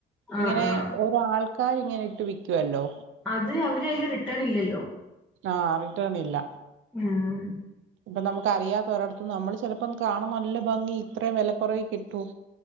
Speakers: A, in the centre; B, on the right (about 80°).
A: ആ
B: ഇങ്ങനെ
A: ആ
B: ഓ രോ ആൾക്കാര് ഇങ്ങനെ ഇട്ട് വിക്കുവല്ലോ
A: അത് അവര് അയില് റിട്ടേണില്ലല്ലോ
B: ആഹ് റിട്ടേണില്ല
A: ഉം
B: ഇപ്പൊ നമുക്കറിയാത്ത ഒരിടത്തന്ന് നമ്മള് ചെലപ്പോ കാണാൻ നല്ല ഭംഗി ഇത്രയും വെലകൊറവിൽ കിട്ടും